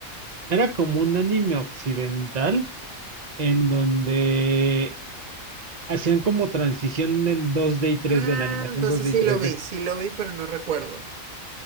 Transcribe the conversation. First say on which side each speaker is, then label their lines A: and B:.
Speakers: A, on the right; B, on the right.
A: era como un anime occidental en donde hacían como transición en 2D y 3D,
B: Ah,
A: en animación
B: entonces
A: 2D
B: sí
A: y 3D.
B: lo vi, sí lo vi, pero no recuerdo.